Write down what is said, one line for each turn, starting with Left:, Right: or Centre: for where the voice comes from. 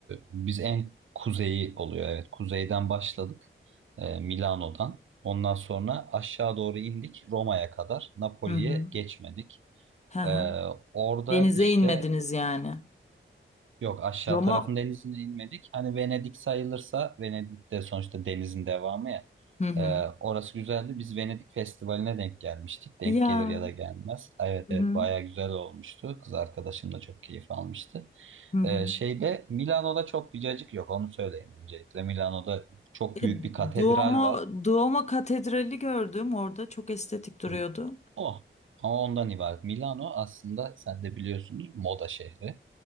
Right: biz en kuzeyi oluyor. Evet kuzeyden başladık. Ee, Milano'dan. Ondan sonra aşağı doğru indik Roma'ya kadar. Napoli'ye
Left: Hı hı.
Right: geçmedik.
Left: Hı hı.
Right: Ee, orada
Left: Denize
Right: işte
Left: inmediniz yani.
Right: Yok aşağı
Left: Roma
Right: tarafın denizine inmedik. Hani Venedik sayılırsa Venedik de sonuçta denizin devamı ya.
Left: Hı hı.
Right: Ee, orası güzeldi. Biz Venedik Festivali'ne denk gelmiştik. Denk
Left: Ya.
Right: gelir ya da gelmez. Evet
Left: Hı
Right: evet
Left: hı.
Right: bayağı güzel olmuştu. Kız arkadaşım da çok keyif almıştı.
Left: Hı hı.
Right: Ee, şeyde Milano'da çok bir cacık yok onu söyleyeyim öncelikle. Milano'da çok
Left: E,
Right: büyük bir katedral
Left: Duomo,
Right: var.
Left: Duomo Katedrali gördüm orada. Çok estetik duruyordu.
Right: Hı. O. Ama ondan ibaret. Milano aslında sen de biliyorsunuz moda şehri.